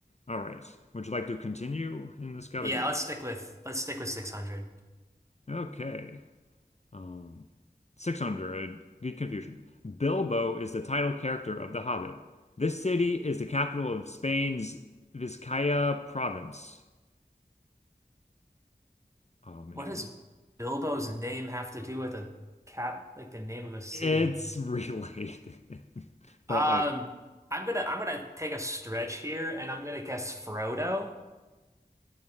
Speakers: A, on the left; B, on the right.
A: All right. Would you like to continue in this category?
B: Yeah, let's stick with let's stick with 600.
A: Okay. Um, 600, Good confusion. Bilbo is the title character of The Hobbit. This city is the capital of Spain's Vizcaya province. Oh man,
B: What does
A: this,
B: Bilbo's name have to do with a cap, like the name of a city?
A: it's related. <laughs> But
B: Um,
A: like
B: I'm gonna I'm gonna take a stretch here and I'm gonna guess Frodo.